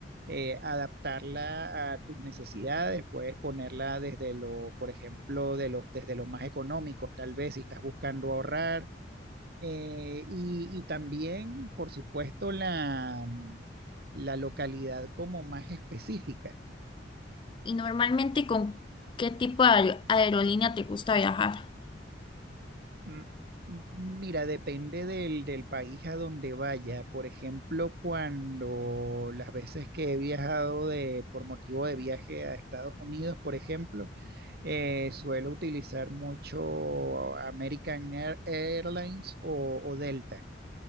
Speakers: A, on the right; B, on the left.
A: eh, adaptarla a tus necesidades, puedes ponerla desde lo, por ejemplo, de los desde lo más económico, tal vez si estás buscando ahorrar, eh, y, y también, por supuesto, la, la localidad como más específica.
B: Y normalmente, ¿con qué tipo de aer- aerolínea te gusta viajar?
A: Mm, mm, Mira, depende del, del país a donde vaya. Por ejemplo, cuando las veces que he viajado de, por motivo de viaje a Estados Unidos, por ejemplo, eh, suelo utilizar mucho American Air- Airlines o o Delta.